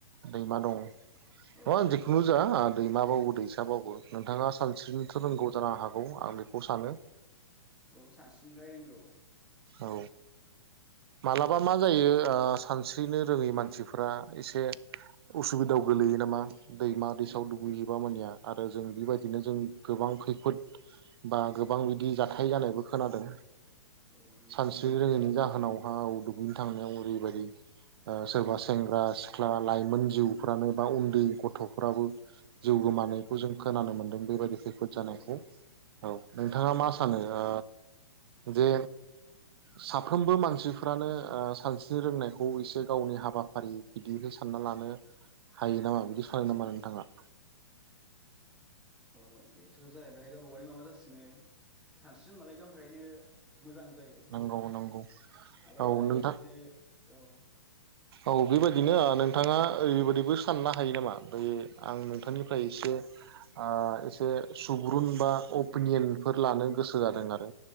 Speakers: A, on the right; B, in the centre.
A: दै मा दं न
B: औ
A: जेखुनु जा दैमााबावो दैसाबावो नोंथाङा सानस्रिनोथ रोंगौ जानो हागौ आं बेखौ सानो।
B: औ सानस्रिनो लाय रोंगौ।
A: औ मालाबा मा जायो ओ सानस्रिनो रोङै मानसिफोरा एसे उसुबिदायाव गोलैयो नामा? दैमा दैसायाव
B: औ
A: दुगैयोबा मानिया। आरो जों बेबायदिनो जों गोबां खैफोद बा गोबां बिदि जाथाय जानायबो खोनादों।
B: औ नंगौ
A: सानस्रि
B: जायो
A: रोङैनि
B: जायो
A: जाहोनावहा दुगैनो थांनायाव ओरैबायदि सोरबा सेंग्रा सिख्ला लाइमोन जिउफ्रानो बा उन्दै गथफोराबो। जिउ
B: औ
A: गोमानायखौ जों खोनानो मोनदों बेबायदि। खैफोद
B: नंगौ
A: जानायखौ
B: नंगौ
A: औ नोंथाङा मा सानो? आ जे साफ्रोमबो मानसिफ्रानो ओ सानस्रिनो रोंनायखौ एसे गावनि हाबाफारि बिदिहै सानना लानो हायो नामा बिदि सानो नामा नोंथाङा?
B: अ बेथ जाहैबाय गावबा गावनि माबा जासिगोन इयो सानस्रिनो रोंबालाय गावनि थाखायनो मोजां जायो
A: नंगौ नंगौ
B: माब्लाबाफोर
A: औ नोंथां
B: बिदिनो औ
A: औ बेबायदिनो ओ नोंथाङा ओरैबायदिबो साननो हायो नामा? बेै आं नोंथांनिफ्राय एसे आ एसे सुबुरुन बा अपिनियनफोर लानो गोसो जादों आरो